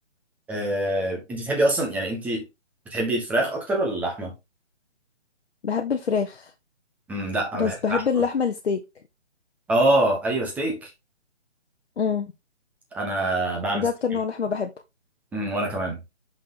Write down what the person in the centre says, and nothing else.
آه... انت بتحبي اصلا يعني انت بتحبي الفراخ اكتر ولا اللحمة
امم لا انا
بحب
اللحمة
اه ايوه ستيك
انا بعمل
ستيك
امم وانا كمان